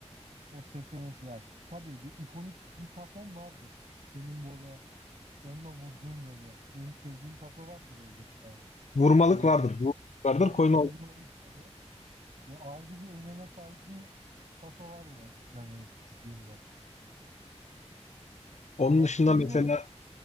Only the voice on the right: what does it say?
O sesi mesela yani tabii bir ikonik bir tason vardı. Senin bu ara onunla vurduğun böyle en sevdiğin taso vardır elbette.
Böyle
cep,
aynen
vurmalık böyle. Bu ayrı bir öneme sahip bir taso vardı yani küçüklüğümde.
Başka
oyun
olarak